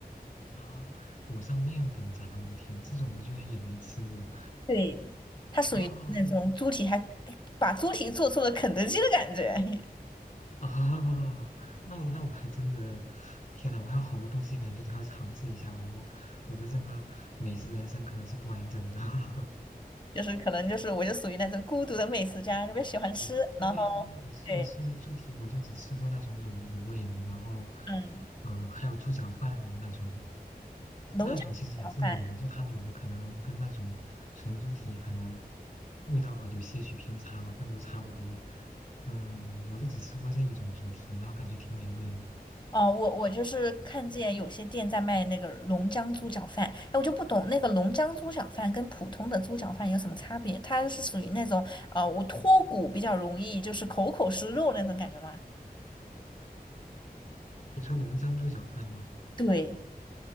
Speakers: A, on the left; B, on the left.
A: 啊，裹上面粉炸，我的天，这种我居然也没吃过。
B: 对，它属于那种猪蹄还，
A: 啊
B: 哎把猪蹄做出了肯德基的感觉。<laughs>
A: 啊，那我那我还真的，天呐，我还有好多东西感觉得要尝试一下，我我我的这个美食人生可能是不完整的，<laughs>
B: 就是可能就是我就属于那种孤独的美食家，特别喜欢吃。
A: 对，因为我吃我吃猪蹄，
B: 然后对，
A: 我就只吃过那种卤卤味的，然后，
B: 嗯，
A: 嗯、还有猪脚饭那种，
B: 龙江猪脚饭
A: 那种其实也是卤的，就它卤的可能跟那种纯猪蹄可能味道有些许偏差吧，但都差不多，嗯，我就只吃过这一种猪蹄，然后感觉挺美味的。
B: 哦，我我就是看见有些店在卖那个龙江猪脚饭，哎，我就不懂那个龙江猪脚饭跟普通的猪脚饭有什么差别？它是属于那种啊，我脱骨比较容易，就是口口是肉那种感觉吗？
A: 你说浓江猪脚饭吗？
B: 对，